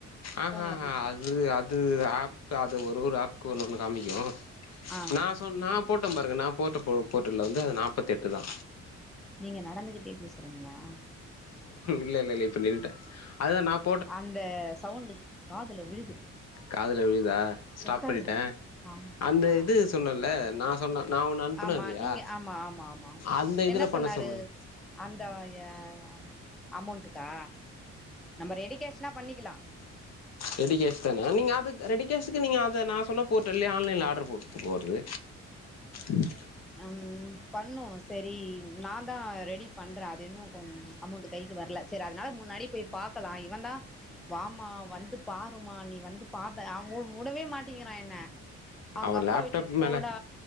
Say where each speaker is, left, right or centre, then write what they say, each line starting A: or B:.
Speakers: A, on the left; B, in the centre.
A: அ
B: ஃபோன்ல
A: அ
B: போய் செக்
A: அது அது ஆப் அது ஒரு ஒரு ஆப்க்கு ஒன்னு ஒன்னு காமிக்கு
B: ஆ
A: நா சொ நா போட்டே பாருங்க நா போட்ட போர்ட்ல்ல வந்து அது நாப்பத்தி எட்டு தா
B: நீங்க நடந்துகிட்டே பேசுறீங்ளா
A: இல்ல இல்ல இப்ப நின்ட்டே அதுதா நாப்
B: அந்த சவுண்டு காதுல விழுது
A: காதுல விழுதா ஸ்டாப்
B: உக்காருங்க
A: பண்ணிட்டே
B: ஆமா
A: அந்த
B: ஆ
A: இது சொன்னல்ல நா சொன்ன நா ஒன்னு அனுப்புனே
B: ஆமா
A: இல்லியா
B: நீங்க ஆமா ஆமா ஆமா
A: அந்த இதுல
B: என்ன
A: பண்ண
B: சொன்னாரு
A: சொன்னங்க
B: அந்த அ அமௌண்டுக்கா நம்ம ரெடிகேஷ்னா பண்ணிக்கிலா
A: ரெடிகேஷ் தானே நீங்க அதுக்கு ரெடி கேஷுக்கு நீங்க அத நா சொன்ன போர்ட்டல்லயே ஆன்லைன்ல் ஆர்டரு போட்டு போறது ம்
B: ம் பண்ணுவோ சரி நா தா ரெடி பண்றே அது இன்னு கொஞ் அமௌண்ட் கைக்கு வரல சரி அதுனால முன்னாடியே போய் பாக்கலா இவன் தா வாமா வந்து பாருமா நீ வந்து பாத்த அவங்க விடவே மாட்டங்கிறா என்ன அவங்க
A: அவ
B: அப்பா
A: லேப்டாப்
B: விட்டுட்டு போடா
A: மேல